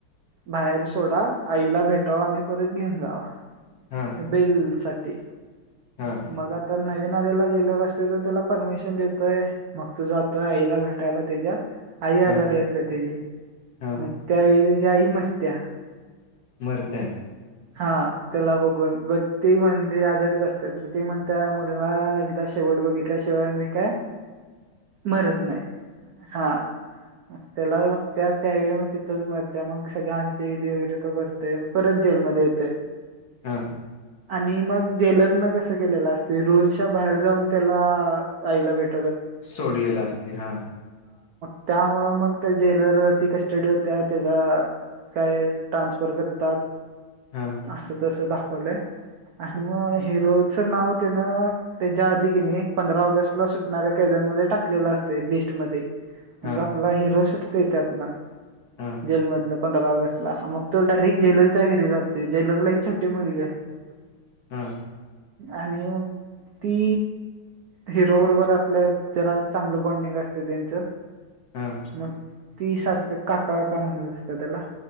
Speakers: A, on the right; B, on the left.
A: बाहेर सोडा, आईला भेटावा आणि परत घेऊन जावा.
B: हा
A: बेल सट ते.
B: हा
A: मग आता नवीन. ला जेल असत्यात त्याला परमिशन देतोय, मग तू जातोय आईला भेटायला त्याच्या. आई
B: हा
A: आजारी असते, त्याची
B: हा
A: मग त्यावेळी. जाई मारत्या
B: मरते.
A: हा त्याला बघून बघ ते म्हणली. आजारीच असतात ते म्हण त्या मुलाला एकदा शेवट बघितल्या शिवाय मी काय. मरत नाही हा. त्याला त्या त्यावेळी तिथंच मरत मग सगळ आणते करते परत जेलमध्ये येते
B: हा
A: आणि मग जेलर न कस केलेला असते रुसच्या बाहेर जाऊन त्याला आईला भेट
B: सोडलेला असते हा
A: त्यामु मग त्या जेलवरती कस्टडी होत्या त्याच्या काय ट्रान्सफर करतात
B: हा
A: असं तसं दाख आणि मग हिरोचं नाव त्यानं त्याच्या आधी किने पंधरा ऑगस्टला सुटणाऱ्या कैद्यांमध्ये टाकलेलं असते लिस्टमध्येध्ये
B: हा
A: मग आपला हिरो शूट ते टप ना
B: हा हा
A: जेल मधलं पंधरा ऑगस्ट ला मग तो डायरेक्ट ज्वेलरीच्या घेरी जातो ज्वेलरीला एक छवटी मिली असते
B: हा
A: आणिग ती हिरो बरोबर आपल्या त्याला चांगलं बॉनडिंग असते त्यांचं
B: हा
A: म त सारख काका काका म्हणत असत त्याला